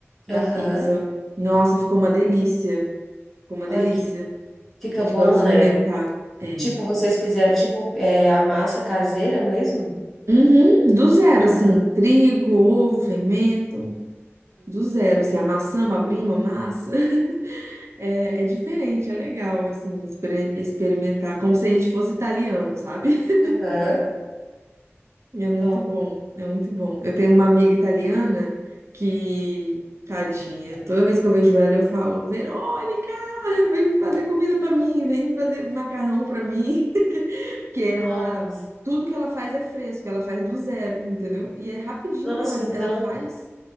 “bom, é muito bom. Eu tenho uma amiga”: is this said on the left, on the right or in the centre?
Right